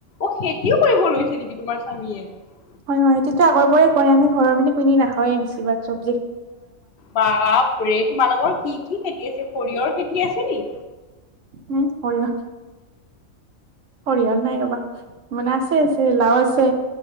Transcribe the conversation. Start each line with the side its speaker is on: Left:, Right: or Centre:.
Left: অ খেতিও কৰিব লৈছে নেকি তোমাৰ স্বামীয়ে ‌?
Right: হয় হয় সেইটোতো আগৰ পৰাই কয় আমি ঘৰ মানে কিনি নাখাৱে বেছভাগ চব
Left: বাপৰে তোমালোকৰ কি কি খেতি আছে সৰিয়হৰ খেতি আছে নি?
Right: উম হ'ল আ সৰিয়হত নাই ৰবা মানে আছে আছে লাও আছে।